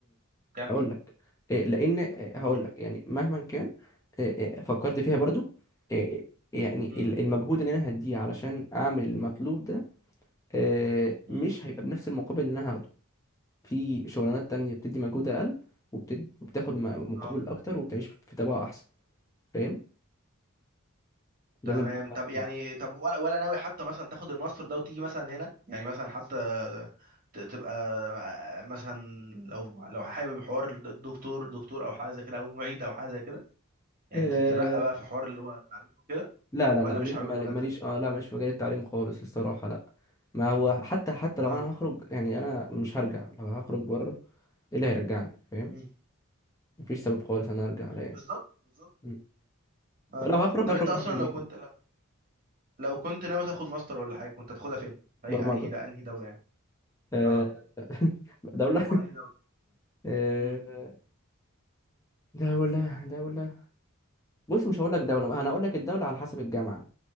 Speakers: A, on the right; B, on the left.
A: كمل
B: هقول لك إيه، لان آه،
A: قول
B: هقول لك يعني مهما كان آه، آه، فكرت فيها برضو آه، يعني
A: مم.
B: ال- المجهود اللي انا هديه علشان اعمل المطلوب ده آه،
A: مم.
B: مش هيبقى بنفس المقابل اللي انا هاخده في شغلانات تانية بتدي مجهود أقل وبتد... وبتاخد م- مقابل
A: اه
B: أكتر وبتعيش في طبقة أحسن فاهم ده
A: تمام
B: اللي أنا بفكر
A: طب
B: فيه
A: يعني طب ولا ولا ناوي حتى مثلا تاخد الماستر ده وتيجي مثلا هنا يعني مثلا حتى ت- تبقى مثلا لو لو حابب حوار الدكتور دكتور او حاجه زي كده او معيد او حاجه زي كده يعني
B: أه...
A: تترقى بقى في حوار اللي هو التعليمي وكده
B: لا لا
A: ولا
B: لا ماليش
A: مش حابب
B: مال-
A: المجال
B: ماليش
A: ده
B: اه لا ماليش في مجال التعليم خالص الصراحة لا ما هو حتى حتى لو
A: اه
B: أنا هخرج يعني أنا مش هرجع لو هخرج بره إيه اللي هيرجعني فاهم
A: مم.
B: مفيش سبب خالص أنا أرجع لا يعني
A: بالظبط بالظبط
B: م.
A: اه
B: فلو هخرج
A: طب
B: هخرج
A: انت اصلا
B: من حاجة نضيفة
A: لو كنت لو كنت ناوي تاخد ماستر ولا حاجه كنت هتاخدها فين في
B: برمجة
A: اي اي ده انهي دوله يعني
B: أه...
A: اه
B: <laughs> دولة
A: طب وانهي دوله
B: آه،
A: امم
B: دولة دولة بص مش هقول لك دولة أنا هقول لك الدولة على حسب الجامعة